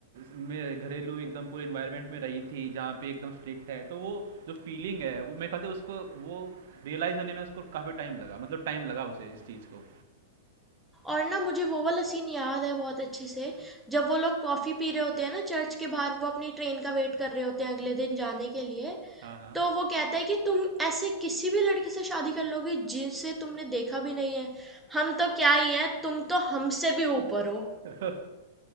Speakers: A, on the right; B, in the centre.
A: में घरेलू एकदम पूरे इन्वायरमेंट में रही थी जहाँ पे एकदम स्ट्रिक्ट है तो वो जो फीलिंग है वो मेरे ख्याल से उसको वो रियलाइज होने में उसको काफ़ी टाइम लगा मतलब टाइम लगा उसे इस चीज़ को
B: और ना मुझे वो वाला सीन याद है बहुत अच्छे से जब वो लोग कॉफी पी रहे होते हैं ना चर्च के बाहर वो अपनी ट्रेन का वेट कर रहे होते हैं अगले दिन जाने के लिए
A: हाँ हाँ
B: तो वो कहता है कि तुम ऐसे किसी भी लड़के से शादी कर लोगे जिसे तुमने देखा भी नहीं है हम तो क्या ही है तुम तो हमसे भी ऊपर हो
A: <laughs>